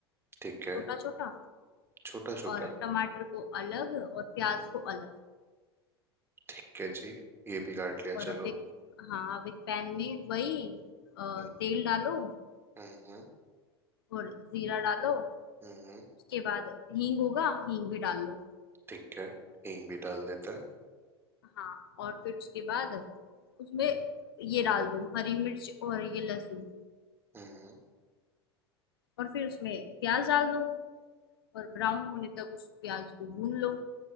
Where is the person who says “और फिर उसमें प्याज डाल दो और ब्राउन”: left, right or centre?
Left